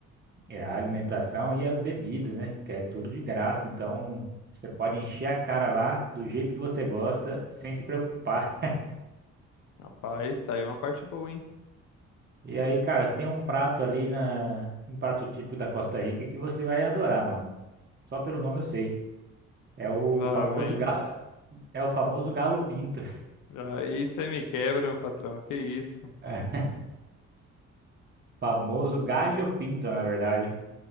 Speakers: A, on the right; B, on the left.
A: é, a alimentação e as bebidas, né? Porque é tudo de graça, então você pode encher a cara lá do jeito que você gosta, sem se preocupar.
B: Rapaz, tá aí uma parte boa, hein?
A: E aí, cara, tem um prato ali na, um prato típico da Costa Rica que você vai adorar, mano. Só pelo nome eu sei. É o
B: Lá
A: famoso
B: vem.
A: ga, é o famoso galo pinto. <laughs>
B: Aí você me quebra, meu patrão, que isso?
A: É, famoso galho pinto, na verdade.